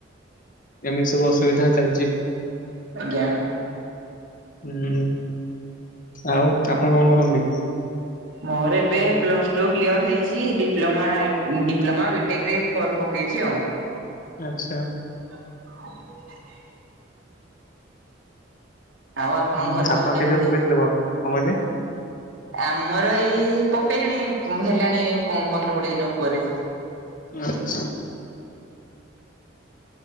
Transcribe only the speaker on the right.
ଆଜ୍ଞା।
ମୋର ଏବେ ପ୍ଲସ ଟୁ କ୍ଲିୟର୍ ହେଇଛି ଡିପ୍ଲୋମା ମୋର ଆଇ ଡିପ୍ଲୋମା ବିଟେକ ରେ ଫର୍ମ ପକେଇଛି ଆଉ।
<inaudible> ଆଉ ଆପଣଙ୍କ
ଘରେ
ସବୁ କେମିତି?
ଆମର ଇଏ ପକେଇ ଲେଣି ହେଲାଣି ପନ୍ଦର କୋଡିଏ ଦିନ ଉପରେ।